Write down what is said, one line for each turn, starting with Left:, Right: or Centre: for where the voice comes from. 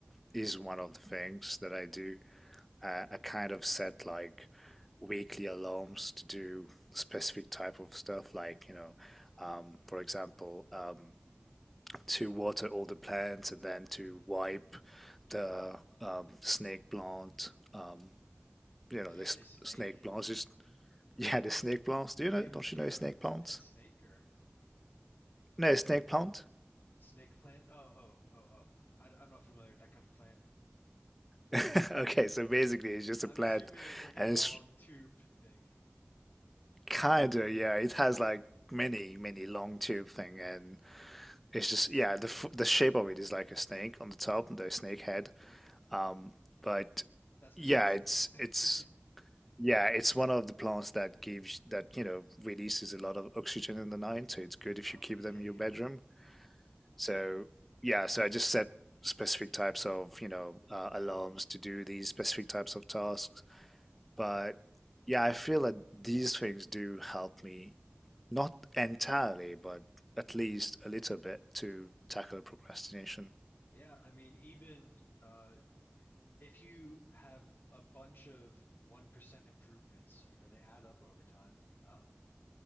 Centre: is one of the things that I do. Uh, I kind of set like weekly alarms to do specific type of stuff, like you know, um, for example, um, to water all the plants and then to
Left: Mm.
Centre: wipe the um, snake plant. Um, you know,
Left: Did
Centre: this
Left: you say snake?
Centre: snake plants. Just <laughs> yeah, the snake plants. Do you know?
Left: Do you
Centre: Don't
Left: have a, do
Centre: you know
Left: you
Centre: snake
Left: have a
Centre: plants?
Left: p- pet snake or
Centre: No, snake plant.
Left: snake plant? Oh, oh, oh, oh. I, I'm not familiar with that kind of plant.
Centre: <laughs> Okay, so basically it's just
Left: I'm
Centre: a plant
Left: assuming it's like a
Centre: and
Left: long
Centre: it's
Left: tube thing.
Centre: kind of yeah, it has like many many long tube thing and it's just yeah, the f- the shape of it is like a snake on the top the snake head. Um, but
Left: That's
Centre: yeah,
Left: besides
Centre: it's
Left: the point.
Centre: it's
Left: <laughs>
Centre: yeah, it's one of the plants that gives that you know releases a lot of oxygen in the night, so it's good if
Left: Oh,
Centre: you keep
Left: yeah,
Centre: them
Left: yeah,
Centre: in your
Left: yeah.
Centre: bedroom. So yeah, so I just set specific types of you know uh, alarms to do these specific types of tasks But yeah, I feel that these things do help me, not entirely, but at least a little bit to tackle procrastination.
Left: Yeah, I mean, even uh if you have a bunch of 1% improvements, you know, they add up over time. Um,